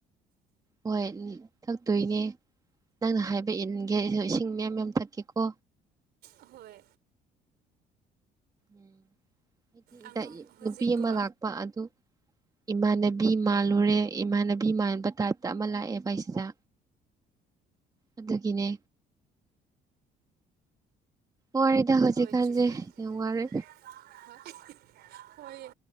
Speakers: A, on the right; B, on the right.
A: ꯍꯣꯏ ꯎꯝ ꯊꯛꯇꯣꯏꯅꯦ ꯅꯪꯅ ꯍꯥꯏꯕ ꯏꯟꯒꯦ ꯑꯩꯖꯨ ꯏꯁꯤꯡ ꯃꯌꯥꯝ ꯃꯌꯥꯝ ꯊꯛꯀꯦꯀꯣ꯫
B: ꯑꯍꯣꯏ
A: ꯎꯝ ꯑꯩꯒꯤꯗ
B: ꯑꯉꯥꯡ ꯍꯧꯖꯤꯛꯀꯣ
A: ꯅꯨꯄꯤ ꯑꯃ ꯂꯥꯛꯄ ꯑꯗꯨ ꯏꯃꯥꯟꯅꯕꯤ ꯃꯥꯜꯂꯨꯔꯦ ꯏꯃꯥꯟꯅꯕꯤ ꯃꯥꯟꯕ ꯇꯥꯏꯞꯇ ꯑꯃ ꯂꯥꯛꯑꯦꯕ ꯑꯩꯁꯤꯗ ꯑꯗꯨꯒꯤꯅꯦ ꯋꯥꯔꯦꯗ ꯍꯧꯖꯤꯛꯀꯥꯟꯖꯦ
B: ꯍꯣꯏ ꯆꯨꯝꯃꯦ
A: ꯌꯥꯝ ꯋꯥꯔꯦ꯫
B: <unintelligible> ꯍꯣꯏ ꯍꫭꯏꯌꯦ